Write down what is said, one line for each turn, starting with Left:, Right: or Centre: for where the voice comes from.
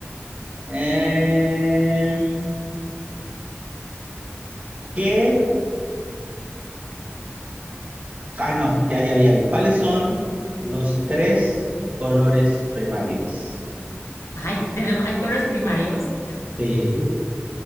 Right: Em, ¿qué? Ah, no, ya, ya vi, ya vi. ¿Cuáles son los tres colores primarios?
Left: Ay, tenemos, hay colores primarios.
Right: Sí,